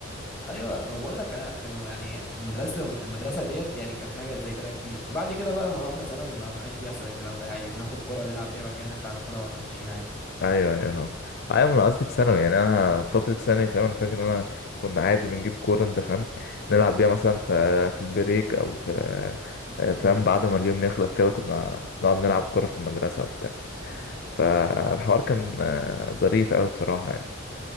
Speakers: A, in the centre; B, on the left.
A: ايوه ما بقول لك انا كانوا يعني المدرسه المدرسه ديت يعني كان في حاجات زي كده كتير بعد كده بقى لما روحنا ثانوي ما بقاش بيحصل الكلام ده عادي بناخد الكوره ونلعب بيها مكان نطلع ناخدها واحنا ماشيين عادي
B: ايوه ايوه فاهم ايوه انا قصدي في ثانوي يعني انا فتره ثانوي فاهم انا فاكر ان انا كنا عادي بنجيب كوره انت فاهم نلعب بيها مثلا في في البريك او في فاهم بعد ما اليوم يخلص كده كنا نقعد نلعب كوره في المدرسه وبتاع فالحوار كان آه، ظريف قوي بصراحه يعني